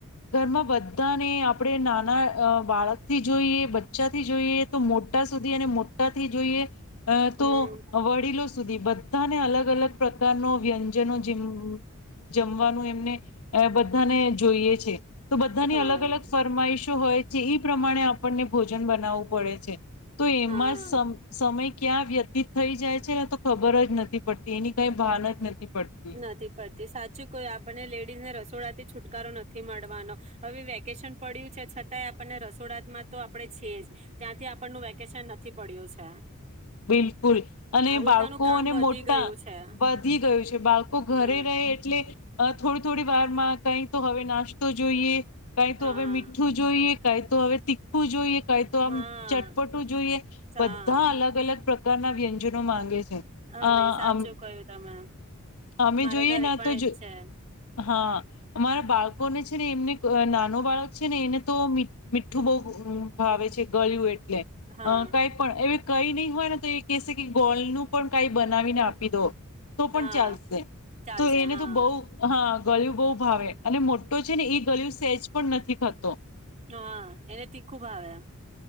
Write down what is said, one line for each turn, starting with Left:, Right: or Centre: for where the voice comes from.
Left: ઘરમાં બધાને આપડે નાના બાળક થી જોઈએ, બચ્ચા થી જોઈએ, તો મોટા સુધી અને મોટાથી જોઈએ. અ તો
Right: હમ
Left: વડીલો સુધી બધ બધા ને અલગ અલગ પ્રકારનો વ્યંજનો જેમ જમવાનું એમને બધાને. જોઈએ છે. તો બધાની
Right: હા
Left: અલગ-અલગ ફરમાઈશો હોય. જે એ પ્રમાણે આપણને ભોજન બનાવવું પડે છે. તો એમાં
Right: હા.
Left: સમ સમય. ક્યાં વ્યતીત થઈ જાય છે ને તો ખબર જ નથી પડતી એની કઈ ભાન જ નથી. પડતી
Right: નથી કરતી સાચું કોઈ આપણને લેડીઝને રસ સોડા થી છુટકારો નથી મળવાનો, હવે વેકેશન પડ્યું છે છતાંય આપણને રસોડામાં તો આપડે છીએ જ ત્યાંથી આપણનું વેકેશન નથી પડ્યું છે.
Left: બિલકુલ અને
Right: હા ઉલટાનું
Left: બાળકોને
Right: કામ વધી
Left: મોટા
Right: ગયું છે
Left: વધી ગયું છે. બાળકો ઘરે
Right: હા
Left: રહે એટલે થોડી થોડી વાર માં કઈ તો હવે નાસ્તો જોઈએ. કઈ તો
Right: હા
Left: હવે મીઠું જોઈએ. કંઈ તો હવે તીખ્ખું જોઈએ. કંઈ તો આમ
Right: હા
Left: ચટપટું જોઈએ,
Right: હા
Left: બધ્ધા અલગ અલગ પ્રકારના વ્યંજનો માંગે છે.
Right: હા,
Left: અ
Right: નહીં. સાચું
Left: અમ
Right: કયું તમે.
Left: અમે
Right: મારે
Left: જોઈએ
Right: ઘરે
Left: ને
Right: પણ
Left: તો
Right: એજ
Left: જ
Right: છે.
Left: હા, અમારા બાળકોને છે ને, એમને નાનો બાળક છે ને એને તો મી મીઠ્ઠું બહુ ભાવે છે, ગળય્યું એ એટલે,
Right: હા
Left: કંઈ પણ એવી કંઈ ની હું ને <unintelligible> તો એ કહેસે કે ગોલનું પણ કંઈ બનાવીને આપી દો. તો
Right: હા
Left: પણ ચાલસે.
Right: ચાલશે
Left: તો એને
Right: હા
Left: તો બઉ હા ગળ્યું બહુ ભાવે. અને મોટ્ટો છે ને એ ગળ્યું સ્હેજ પણ નથી ખાતો.
Right: હા, એને તીખ્ખુ ભાવે.